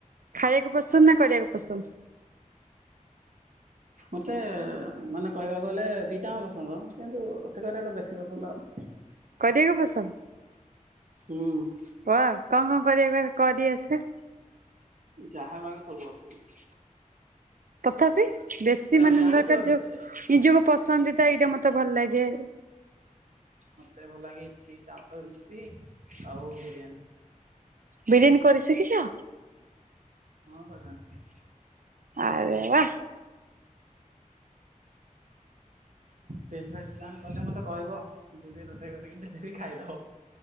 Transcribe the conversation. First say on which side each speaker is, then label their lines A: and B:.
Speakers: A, on the right; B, on the right.
A: ଖାଇବାକୁ ପସନ୍ଦ ନା କରିବାକୁ ପସନ୍ଦ?
B: ମୋତେ ମାନେ କହିବାକୁ ଗଲେ ଦିଇଟାଙ୍କ ପସନ୍ଦ କିନ୍ତୁ ସେ କରିବାଟା ବେଶୀ ପସନ୍ଦ ଆ
A: କରିବାକୁ ପସନ୍ଦ।
B: ହୁଁ।
A: ଓହ କଣ କଣ କରିବା କରି ଆସେ?
B: ଯାହା କହିବେ ସବୁ କରିଦେବି।
A: ତଥାପି ବେଶୀ ମାନେ
B: ଜାଣିଥିବା
A: ଦରକାର ଯୋଉ
B: ଭିତରେ
A: ନିଜକୁ ପସନ୍ଦ ତ ଏଇଟା ମତେ ଭଲ ଲାଗେ।
B: ମୋତେ ଭଲ ଲାଗେ <unintelligible> ଆଉ ବିରିୟାନୀ।
A: ବିରିୟାନୀ କରି ଶିଖିଛ?
B: ହଁ କରିଥାନ୍ତି।
A: ଆରେ ବା
B: ପ୍ଲାନ୍ କଲେ ମତେ କହିବ ଯିବି ରୋଷେଇ କରିକି ଦେବି ଖାଇଦବ।